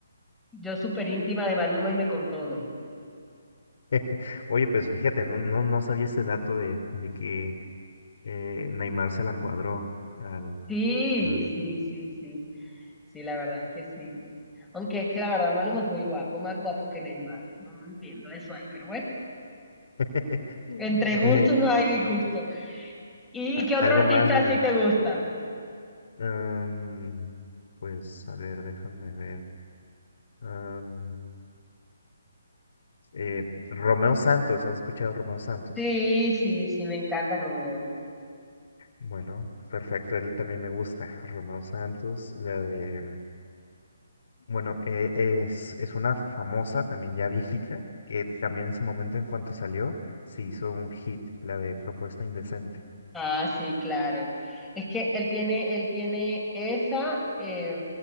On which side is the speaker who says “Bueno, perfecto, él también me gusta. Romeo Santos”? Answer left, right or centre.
Left